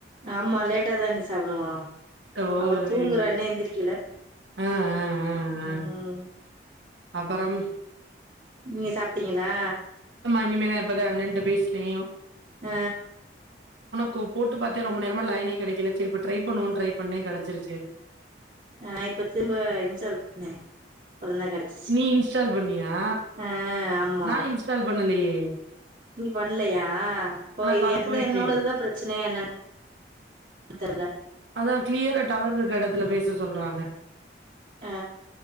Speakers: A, on the right; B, on the right.
A: ஆமா லேட்டா தா அண்ணி சாப்புடுவா
B: ஓ
A: அவ தூங்குறா
B: சேரி
A: இன்னும் எந்திரிக்கில
B: ஆ ஆ ஆ
A: ம்
B: ஆ அப்பறம்
A: நீங்க சாப்ட்டீங்களா
B: இனிமேல இப்பதா அண்ணன்ட்ட பேசுனே ஒ
A: ஆ
B: கு போட்டு பாத்தே ரொம்ப நேரமா லைனே கிடைக்கில சேரி இப்ப ட்ரை பண்ணுவோன் ட்ரை பண்ணே கடச்சிருச்சு
A: ஆ இப்ப திரும்ப இன்ஸ்டால் பண்ணே அப்பறந்தா கெடச்சிச்சு
B: நீ இன்ஸ்டால் பண்ணியா
A: ஆ ஆமா
B: நா இன்ஸ்டால் பண்ணலையே யே
A: நீங்க பண்ணலையா அப்ப
B: கால்
A: எனக்குதா
B: போயிட்டு
A: என்னோடதா பிரச் சனையா என்னேன் அ தெர்
B: அதா கிளியரா டவர் இருக்கற எடத்துல பேச சொல்றாங்க
A: ஆ